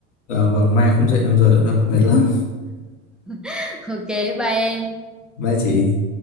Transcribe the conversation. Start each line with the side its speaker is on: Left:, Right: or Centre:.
Left: Ờ, vâng, mai không dậy 5 giờ nữa đâu, mệt lắm.
Centre: <laughs> ok bye em
Left: Bye chị.